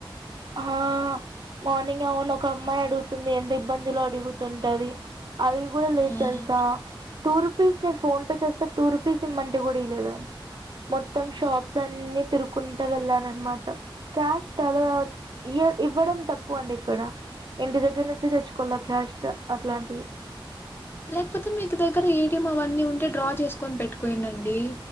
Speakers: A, on the right; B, on the left.
A: ఆ మార్నింగ్ అవున్ ఒక అమ్మాయి అడుగుతుంది ఎంత ఇబ్బందిలో అడుగుతుంటది అవి కూడా లేదు
B: హ్మ్.
A: తెలుసా టూర్ రూపీస్ నేను ఫోన్ పే చేస్తా టూ రూపీస్ ఇమ్మంటే కూడా ఇయలేదండి మొత్తం షాప్స్ అన్ని తిరుకుంటూ వెళ్ళాన్ననమాట క్యాష్ తల ఇ ఇవ్వడం తక్కువ అండి ఇక్కడ ఇంటి దగ్గర నుంచి తెచ్చుకోవాల క్యాస్ట్ అట్లాంటివి
B: లేకపోతే మీకు దగ్గర ఏటీఎం అవన్నీ ఉంటే డ్రా చేసుకొని పెట్టుకోయిన అండి